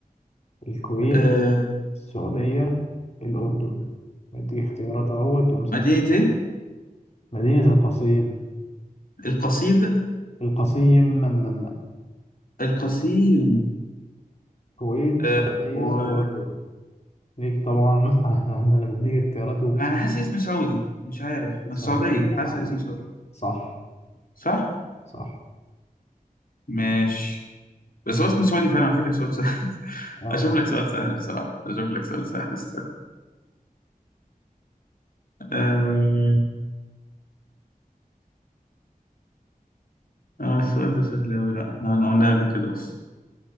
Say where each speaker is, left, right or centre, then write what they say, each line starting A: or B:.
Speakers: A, on the left; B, on the left.
A: الكويت
B: آه،
A: السعودية الأردن بديك اختيارات اهوت ومسهل
B: مدينة إيه؟
A: مدينة القصيم
B: القصيد
A: القصيم م- م- م-
B: القصيم
A: الكويت
B: آه،
A: السعودية
B: وأنا
A: أردن ليك طبعا <laughs> أنا مديك اختيارات ومسهلة
B: حاسس اسم سعودي مش عارف
A: مسهلها
B: من السعودية حاسس
A: عليك
B: اسم سعودي
A: صح
B: صح؟
A: صح
B: ماشي بس هو اسم سعودي فعلا على فكرة سؤال سهل <laughs>
A: اه
B: أشوف لك سؤال سهل بصراحة أشوف لك سؤال سهل استنى آه، اه السؤال ده سهل أوي لا احنا أنا قلنا قبل كده أصلا